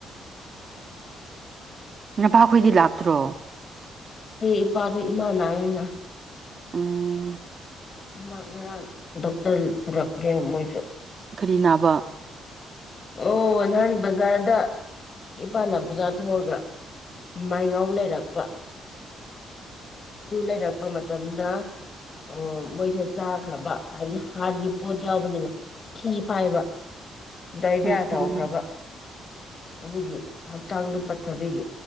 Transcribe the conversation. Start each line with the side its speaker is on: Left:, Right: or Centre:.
Right: ꯅꯄꯥꯈꯣꯏꯗꯤ ꯂꯥꯛꯇ꯭ꯔꯣ
Left: ꯏꯄꯥꯥꯗ ꯏꯃꯥꯅꯅ
Right: ꯎꯝ
Left: ꯉ ꯉꯔꯥꯡ ꯗꯣꯛꯇꯔ ꯄꯨꯔꯛꯄ꯭ꯔꯦ ꯃꯣꯏ
Right: ꯀꯔꯤ ꯅꯥꯕ
Left: ꯑꯣ ꯅꯍꯥꯟ ꯕꯖꯥꯔꯗ ꯏꯄꯥꯅ ꯕꯖꯥꯔ ꯊꯣꯡꯉꯒ ꯃꯥꯏꯒꯥꯎ ꯂꯩꯔꯛꯄ ꯑꯗꯨ ꯂꯩꯔꯛꯄ ꯃꯇꯝꯗ ꯑ ꯃꯣꯏꯁꯦ ꯆꯥꯈ꯭ꯔꯕ ꯍꯥꯏꯕꯗꯤ ꯍꯥꯥꯟꯅꯒꯤ ꯄꯣꯠ ꯌꯥꯎꯕꯅꯤꯅ ꯐꯤ ꯐꯥꯏꯕ ꯗꯥꯏꯔꯤꯌꯥ
Right: ꯎꯝ
Left: ꯇꯧꯈ꯭ꯔꯕ ꯑꯗꯨꯒꯤ ꯍꯛꯆꯥꯡꯗ ꯄꯠꯊꯕꯒꯤ